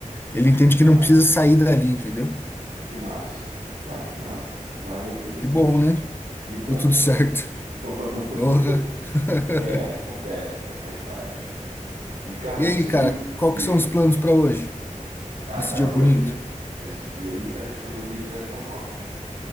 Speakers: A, on the left; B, on the right.
A: Ele entende
B: Que massa.
A: que não precisa sair dali, entendeu?
B: Que massa. Não, que massa. Maravilha,
A: Que
B: cara.
A: bom, né?
B: Que bom,
A: Deu tudo
B: cara.
A: certo.
B: <laughs>
A: Porra. <laughs>
B: É, acontece, cara, faz parte. E, cara,
A: E
B: você
A: aí, cara,
B: viu?
A: qual
B: Diga.
A: que são os planos para hoje?
B: Ah,
A: Esse
B: cara,
A: dia
B: hoje,
A: bonito?
B: esse dia aí, cara, acho que eu vou visitar minha avó, cara.